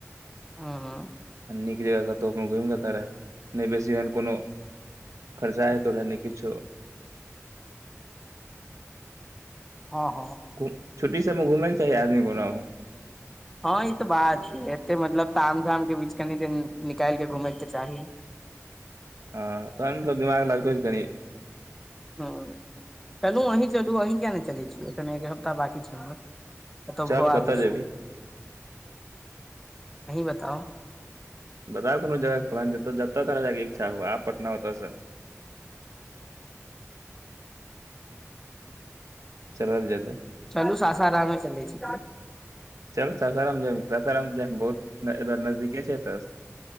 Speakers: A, in the centre; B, on the right.
A: आ हँ
B: आ नीक जगह कतो घुमि लेता रहै नहि बेसी एहन कोनो खर्चा है तो ने किछो
A: हँ हँ
B: कु छुट्टी सबमे घुमयके चाही आदमी ओना हो
A: हँ ई तऽ बात छै एते मतलब ताम झाम के बीच कनि दिन निकाल के घूमै के चाही
B: हँ तहन तऽ दिमाग लागतौ कनी
A: हं चलू अहीं चलू अहीं किया नहि चलै छी एखन एक हफ्ता बांकी छै हमर कतहु
B: चल
A: भ
B: कतऽ
A: आबै
B: जेबही
A: छै अहीं बताउ
B: बतायब कोनो जगह के नाम जतऽ तोरा जाायके इच्छा हए आ पटना होतऽ चलल जेतै
A: चलू सासारमे चलै छी की
B: चल ससाराम जाय ससाराम जाब बहुत नजदीके छै एतऽ